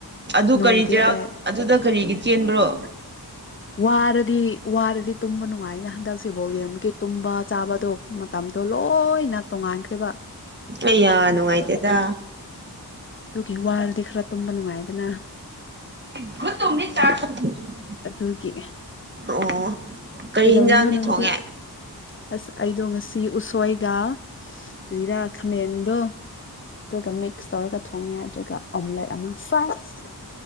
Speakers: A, on the right; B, on the left.
A: ꯑꯗꯨ
B: ꯅꯣꯏꯗꯦ
A: ꯀꯔꯤ ꯆꯩꯔꯥꯎ
B: ꯑꯩ
A: ꯑꯗꯨꯗ ꯀꯔꯤꯒꯤ ꯆꯦꯟꯕꯔꯣ
B: ꯋꯥꯔꯗꯤ ꯋꯥꯔꯗꯤ ꯇꯨꯝꯕ ꯅꯨꯡꯉꯥꯏꯅ ꯍꯟꯗꯛꯁꯦ ꯕꯣꯜ ꯌꯦꯡꯕ ꯇꯨꯝꯕ ꯆꯥꯕꯗꯣ ꯃꯇꯝꯗꯣ ꯂꯣꯏꯅ ꯇꯣꯡꯉꯥꯟꯈ꯭ꯔꯦꯕ
A: ꯑꯩ ꯌꯥ ꯅꯨꯡꯉꯥꯏꯇꯦꯗ
B: ꯑꯗꯨꯒꯤ ꯋꯥꯔꯗꯤ ꯈꯔ ꯇꯨꯝꯕ ꯅꯨꯡꯉꯥꯏꯗꯅ
A: <unintelligible>
B: ꯑꯗꯨꯒꯤ
A: ꯑꯣ ꯀꯔꯤ
B: ꯀꯩꯗꯧꯔꯤꯅꯣ
A: ꯍꯤꯟꯖꯥꯡꯗꯤ
B: ꯅꯪꯗꯤ
A: ꯊꯣꯡꯉꯦ
B: ꯑꯁ ꯑꯩꯗꯣ ꯉꯁꯤ ꯎꯁꯣꯏꯒ ꯀꯔꯤꯔꯤ ꯈꯥꯃꯦꯟꯗꯣ ꯑꯗꯨꯒ ꯃꯤꯛꯁ ꯇꯧꯔꯒ ꯊꯣꯡꯉꯦ ꯑꯗꯨꯒ ꯑꯣꯝꯂꯦꯠ ꯑꯃ ꯐ꯭ꯔꯥꯏꯁ